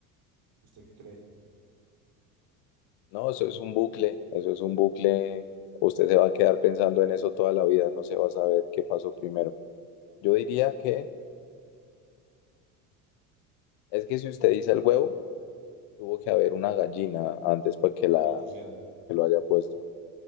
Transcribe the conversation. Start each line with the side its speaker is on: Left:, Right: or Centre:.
Right: ¿Usted qué cree?
Left: No, eso es un bucle, eso es un bucle. Usted se va a quedar pensando en eso toda la vida, no se va a saber qué pasó primero. Yo diría que es que si usted dice el huevo, tuvo que haber una gallina antes para que la
Right: Que lo pusiera.
Left: que lo haya puesto.